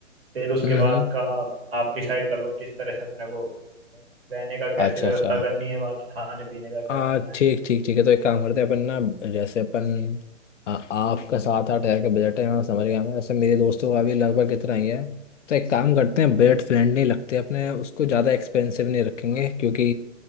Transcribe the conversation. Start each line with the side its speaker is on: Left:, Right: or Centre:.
Right: फिर उसके
Left: हम्म
Right: बाद
Left: हम्म,
Right: का आप डिसाइड कर लो किस तरह से अपने को रहने का कैसे
Left: अच्छा
Right: व्यवस्था
Left: अच्छा
Right: करनी है बाकी खाने पीने का क्या
Left: हाँ
Right: करना है
Left: ठीक ठीक ठीक है तो एक काम करते हैं अपन ना जैसे अपन आ, आपका सात आठ हज़ार का बजट है हाँ समझ गया मैं वैसे मेरे दोस्तों का भी लगभग इतना ही है तो एक काम करते हैं बजट फ्रेंडली लगते हैं अपने उसको ज़्यादा एक्सपेंसिव नहीं रखेंगे क्योंकि